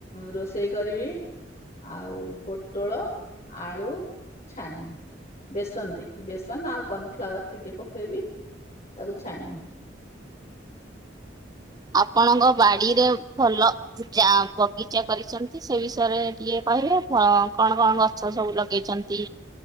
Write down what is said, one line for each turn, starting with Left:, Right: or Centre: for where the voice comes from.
Left: ରୋଷେଇ କରିବି ଆଉ ପୋଟଳ ଆଳୁ ଛାଣିବି। ବେସନ ଦେଇକି ବେସନ ଆଉ କର୍ନଫ୍ଲାୱାର ଟିକେ ପକେଇବି ତାକୁ ଛାଣିବି।
Right: ହୁଁ ଆପଣଙ୍କ ବାଡିରେ ଭଲ ଯା ବଗିଚା କରିଚନ୍ତି ସେ ବିଷୟରେ ଟିକେ କହିବେ? ହଁ କଣ କଣ ଗଛ ସବୁ ଲଗେଇଚନ୍ତି?